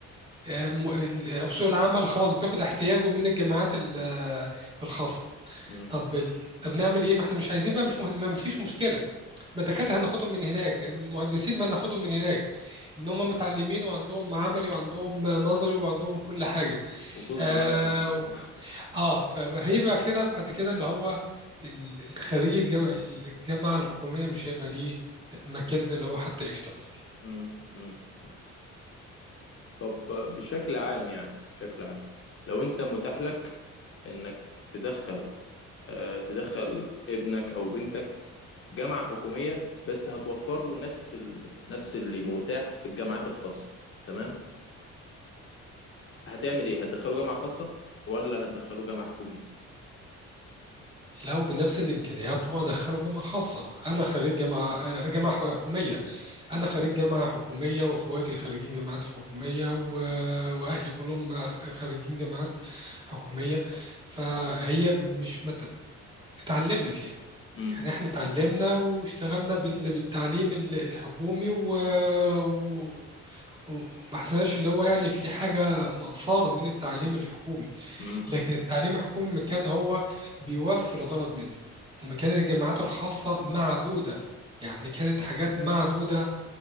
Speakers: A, on the right (about 15°); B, on the left (about 45°).
A: آه، م- ال- أو سوق العمل خلاص بياخد احتياجه من الجامعات ال- آه، الخاصة
B: مم.
A: طب ال... طب نعمل ايه؟ ما احنا مش عايزين بقى مش مه... ما فيش مشكلة ما الدكاترة هناخدهم من هناك المهندسين ما هناخدهم من هناك لأن هم متعلمين وعندهم عملي وعندهم نظري وعندهم كل حاجة
B: وطز
A: آه,
B: بقى في ال...
A: و- آه فهيبقى كده بعد كده اللي هو ال- الخريج الجام- الجامعة الحكومية مش هيبقى ليه مكان اللي هو حتى يشتغل
B: مم. مم. مم. طب بشكل عام يعني بشكل عام لو انت متاح لك انك تدخل آه تدخل ابنك او بنتك جامعة حكومية بس هتوفر له نفس ال... نفس اللي متاح في الجامعات الخاصة تمام هتعمل ايه هتدخله جامعة خاصة ولا هتدخله جامعة حكومية
A: لو بنفس الإمكانيات طبعا أدخله جامعة خاصة أنا خريج جامعة آه، جامعة حكومية أنا خريج
B: مم.
A: جامعة حكومية وإخواتي خريجين جامعات حكومية و... وأهلي كلهم ما- خريجين جامعات حكومية فهي مش مت... اتعلمنا فيها
B: مم.
A: يعني احنا اتعلمنا واشتغلنا بال... بالتعليم ال- الحكومي و... و... وما حسناش اللي هو يعني في حاجة نقصانة من التعليم الحكومي
B: مم.
A: لكن التعليم الحكومي ما كان هو بيوفي الغرض منه وما كانت الجامعات الخاصة معدودة يعني كانت حاجات معدودة